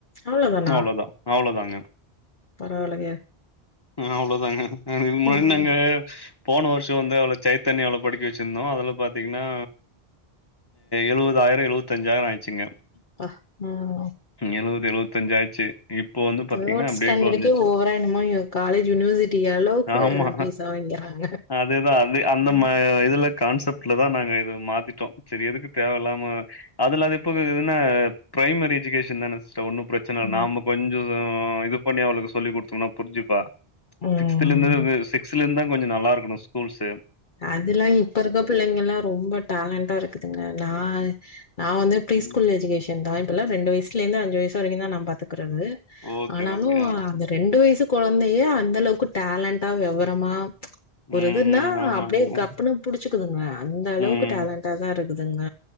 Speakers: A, on the left (about 50°); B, on the left (about 20°).
A: அவ்ளோ தானா
B: அவ்வளோதான். அவ்வளோதாங்க.
A: பரவாலக
B: ம் அவ்ளோதாங்க இதுக்கு முன்னாடி
A: ம்
B: நாங்க போன வருஷோ வந்து அவ்ளோ சைத் தனியா அவல படிக்க வெச்சிருந்தோ அதல பாத்தீங்கன்னா எழுவதாயிறோ எழுவத்தஞ்சாயிறோ ஆயிருச்சுங்க
A: ப்பா ம்
B: எழுவது எழுவத்தஞ்சி ஆச்சி இப்போ வந்து பாத்தீங்கன்னா
A: தேர்ட்
B: அப்டியே
A: ஸ்டாண்டர்டுக்கே
B: கொறைஞ்சிச்சக
A: ஓவரா என்னமோ காலேஜ் யூனிவர்சிட்டி அளவுக்கு
B: ஆமா
A: ஃபீஸா வாங்கிறாங்க
B: அதே தா அது அந் இந்த
A: ம்
B: மா இதுல கான்செப்ட்டுலதா நாங்க இது மாத்திட்டோ சேரி எதுக்கு தேவ இல்லாம அதுல அது எப்போ இருக்குதுன்னா பிரைமரி எஜுகேஷ தானே சோ ஒன்னு பிரச்சன இல்ல
A: ம்
B: நாம்ம கொஞ்சோ இது பண்ணி அவளுக்கு சொல்லி கூடுத்தோம்னா புரிஞ்சிப்பா
A: ம்
B: சிக்ஸ்த்லந்து சிக்ஸ்த்துல இருந்தா கொஞ்சோ நல்லா இருக்கணு ஸ்கூல்ஸ்
A: அதுல்லா இப்ப இருக்க பிள்ளைங்கல்லா ரொம்ப டேலண்டா இருக்குதுங்க நா நா வந்து ஃப்ரி
B: ம்
A: ஸ்கூல் எஜுகேஷன் தா இப்பல்ல ரெண்டு வயசுல இருந்து அஞ்சு வயசு வரைக்கு தா நா பாத்துக்கறது
B: ஓகே
A: ஆனாலு
B: ஓகே ஆ
A: அந்த ரெண்டு வயசு கோழந்தையே அந்தளவுக்கு டேலண்டா விவரமா
B: ம்
A: எதுன்னா
B: ஆமாங்க
A: அப்புடியே கப்புனு புடிச்சுக்குதுங்க அந்த அளவுக்கு
B: ம்
A: டேலண்டாதா இருக்குதுங்க